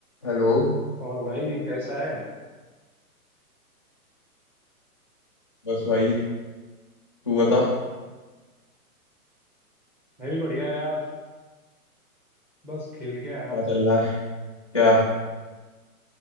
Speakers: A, on the left (about 20°); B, in the centre.
A: Hello
B: और भाई कैसा है
A: बस भाई तू बता
B: मैं भी बढ़िया यार बस खेल के आया
A: क्या
B: हूँ
A: चल रहा है क्या